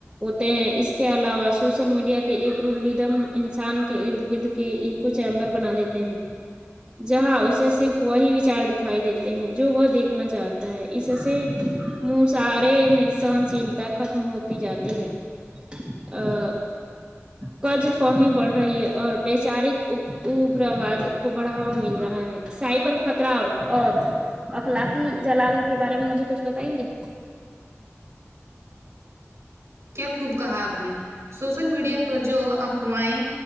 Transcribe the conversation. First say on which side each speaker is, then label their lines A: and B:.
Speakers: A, on the right; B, on the right.
A: ہیں اس کے علاوہ سوشل میڈیا کے ایک رول لیدم انسان کے ارد گرد کے ایک کو چیمبر بنا دیتے ہیں جہاں اسے صرف وہی وچار دکھائی دیتے ہیں جو وہ دیکھنا چاہ اس سے منسارے میں سہن شیلتا ختم ہوتی جاتی ہے ا قز فومی بڑھ رہی ہے اور بیچارے اوپو گرواد کو بڑھاوا مل رہا ہے سائبر خطرا اور اخلاقی جلال کے بارے میں مجھے کچھ بتائیں گے
B: کیا خوب کہا اپ نے سوشل میڈیا پر جو افوائے